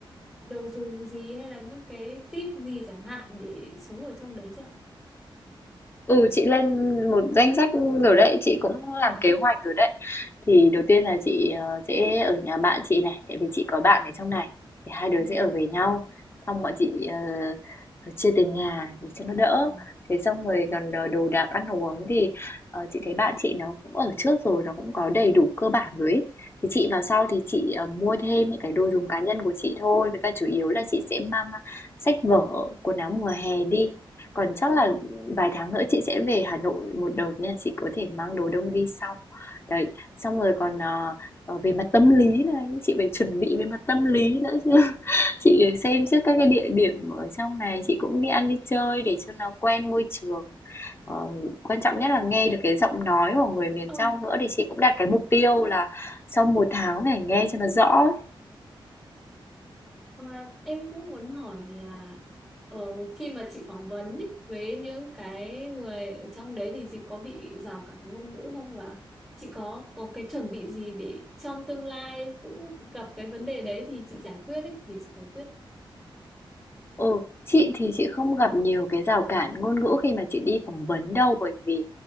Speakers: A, in the centre; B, on the left.
A: đồ dùng gì hay là những cái tip gì chẳng hạn để sống ở trong đấy chứ ạ
B: Ừ, chị lên một danh sách rồi đấy, chị cũng làm
A: Ừ.
B: kế hoạch rồi đấy. Thì đầu tiên là chị ờ, sẽ ở nhà bạn chị này, tại vì chị có bạn ở trong này. Thì hai đứa
A: Ừ.
B: sẽ ở với nhau, xong bọn chị ờ, ờ, chia tiền nhà để cho nó đỡ.
A: Ừ.
B: Thế xong rồi còn đồ đồ đạc ăn uống thì ờ, chị thấy bạn chị nó cũng ở trước rồi, nó cũng có đầy đủ cơ bản rồi ý. Thì chị vào sau thì chị ờ, mua thêm những cái đồ dùng cá nhân của chị thôi, với cả chủ yếu là chị sẽ mang ờ, sách vở, quần áo mùa hè đi còn chắc
A: Ừ.
B: là vài tháng nữa chị sẽ về Hà Nội một đợt nên là chị có thể mang đồ đông đi sau. Đấy, xong rồi còn ờ, ờ, về mặt tâm lý này, chị phải chuẩn bị về mặt tâm lý nữa chứ. <laughs>
A: Ừ.
B: Chị xem trước các cái địa điểm ở trong này, chị cũng đi ăn đi chơi để cho nó quen môi trường. Ờ, quan trọng nhất là nghe được cái giọng nói của người miền
A: ông
B: trong nữa thì chị cũng đặt cái mục tiêu là sau một tháng phải nghe cho nó rõ
A: Và em cũng muốn hỏi là ờ, khi mà chị phỏng vấn ý, với những cái người ở trong đấy thì chị có bị rào cản ngôn ngữ không và chị có có cái chuẩn bị gì để trong tương lai cũng gặp cái vấn đề đấy thì chị giải quyết ý, để chị giải quyết.
B: Ừ, chị thì chị không gặp nhiều cái rào cản ngôn ngữ khi mà chị đi phỏng vấn đâu bởi vì